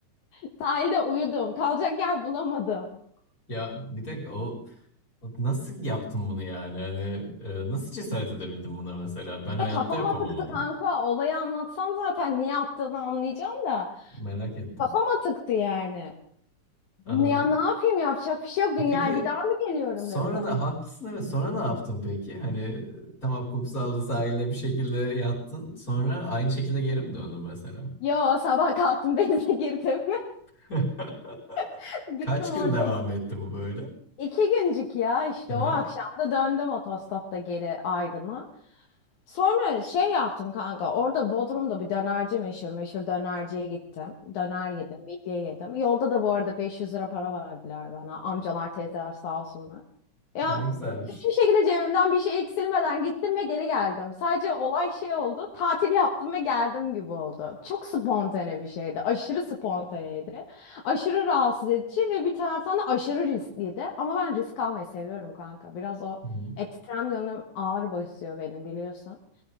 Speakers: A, on the left; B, on the left.
A: <laughs> Sahilde uyudum. Kalacak yer bulamadım.
B: Ya bir dakika o o nasıl yaptın bunu yani? Hani e, nasıl cesaret edebildin buna mesela? Ben hayatta
A: De kafama
B: yapamam
A: tıktı
B: onu.
A: kanka. Olayı anlatsam zaten niye attığını anlayacağım da.
B: Merak ettim.
A: Kafama tıktı yani.
B: Aa,
A: Ya ne yapayım yapacak bir şey yok.
B: e,
A: Dünyaya
B: peki
A: bir daha mı geliyorum
B: sonra
A: dedi.
B: ne haklısın evet sonra ne yaptın peki? Hani e, tamam kumsalda sahilde bir şekilde yattın. Sonra aynı şekilde geri mi döndün mesela?
A: Yo sabah kalktım <laughs> denize girdim.
B: <laughs>
A: <laughs>
B: Kaç
A: Gittim
B: gün
A: orada.
B: devam etti bu böyle?
A: iki güncük ya işte
B: Hı hı,
A: o akşam da döndüm otostopta geri Aydın'a. Sonra şey yaptım kanka. Orada Bodrum'da bir dönerci meşhur. Meşhur dönerciye gittim. Döner yedim, midye yedim. Yolda da bu arada 500 lira para verdiler bana. Amcalar, teyzeler sağ olsunlar. Ya
B: Ya, Ne güzelmiş.
A: hiçbir şekilde cebimden bir şey eksilmeden gittim ve geri geldim. Sadece olay şey oldu. Tatil yaptım ve geldim gibi oldu. Çok spontane bir şeydi. Aşırı spontaneydi. Aşırı rahatsız edici ve bir taraftan da aşırı riskliydi. Ama ben risk almayı seviyorum kanka. Biraz o
B: Hı hı,
A: Ekstrem yönüm ağır basıyor benim biliyorsun.